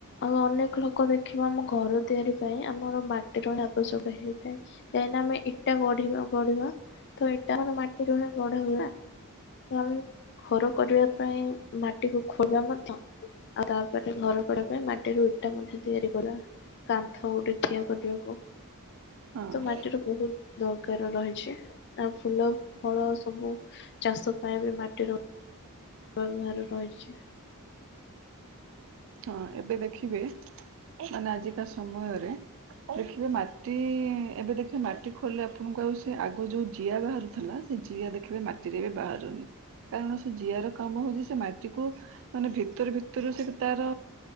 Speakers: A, on the left; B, on the right.
A: ଆଉ ଅନେକ ଲୋକ ଦେଖିବ ଆମ ଘର ତିଆରି ପାଇଁ ଆମର ମାଟିର ଆବଶ୍ୟକ ହେଇଥାଏ କାହିଁକିନା ଆମେ ଇଟା ଗଢିବା ଗଢିବା ତ ଏଟା ଆମର ମାଟିରୁ ଗଢାହୁଏ ତ ଆମେ ଘର କରିବା ପାଇଁ ମାଟିକୁ ଖୁ ଫୁଲ ମଧ୍ୟ ଆଉ ତାପରେ ଘର କରିବା ପାଇଁ ମାଟିରୁ ଇଟା ମଧ୍ୟ ତିଆରି କଲା କାନ୍ଥ ଗୋଟେ ଠିଆ କରିବାକୁ
B: ହଁ।
A: ତ ମାଟିର ବୋହୁତ ଦରକାର ରହିଛି ଆଉ ଫୁଲ ଫଳ ସବୁ ଚାଷ ପାଇଁ ବି ମାଟିର <unintelligible> ଭାର ରହିଚି
B: ହଁ ଏବେ ଦେଖିବେ ମାନେ ଆଜିକା ସମୟରେ ଦେଖିବେ ମା ମାଟି ଏବେ ଦେଖିବେ ମାଟି ଖୋଲିଲେ ଆପଣଙ୍କୁ ଆଉ ସିଏ ଆଗ ଯୋଉ ଜିଆ ବାହାରୁଥିଲା ସେ ଜିଆ ଦେଖିବେ ମାଟିରେ ଏବେ ବାହାରୁନି କାରଣ ସେ ଜିଆର କାମ ହୋଉଚି ସେ ମାଟିକୁ ମାନେ ଭିତରୁ ଭିତରୁ ସେଟା ତାର